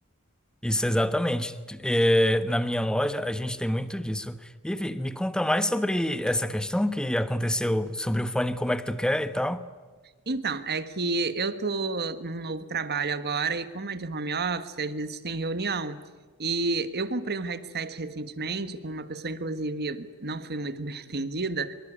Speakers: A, in the centre; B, on the right.
A: Isso, exatamente. é, na minha loja, a gente tem muito disso. Ivi, me conta mais sobre essa questão que aconteceu sobre o fone, como é que tu quer e tal.
B: Então, é que eu tô num novo trabalho agora e como é de home office, às vezes tem reunião. E eu comprei um headset recentemente com uma pessoa, inclusive, não fui muito <laughs> bem atendida,